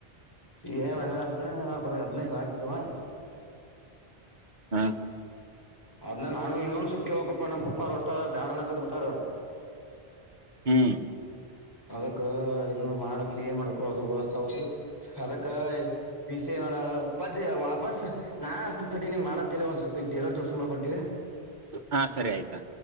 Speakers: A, on the left; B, on the right.
A: ಏಣಂತ ಅವಕ ಹದ್ನೈಕ ಆಗ್ತತ್ವಾ
B: ಹಾ
A: ಅದ್ನ ನಾನು ಇನ್ನೊಂದು ಸೊಪ್ಕ ಹೋಗಕಪ್ಪ ನಮ್ಮ ಪಪ್ಪ ಒಟ್ಟ ಬ್ಯಾಡಣ ಕತ್ ಬಿಟಾರ
B: ಹ್ಞೂ
A: ಅದಕ್ಕ ಇ ಮಾಡಕ್ ಏನ್ ಮಾಡಕು ಅದು ಗತ್ತು ಅದಕ್ಕ ಬಿಸಣ ಪರ್ಜೆ ವಾಪಸ್ ನಾನ ತಟ ನೀ ಮಾಡ ಒಂದ್ ಸ್ವಲ್ಪ ಇಲರ್ ಜೋಸ ಮಾಡ್ಕೊಂತಿವವಿ <unintelligible>
B: ಹಾ ಸರಿ ಆಯ್ತಾ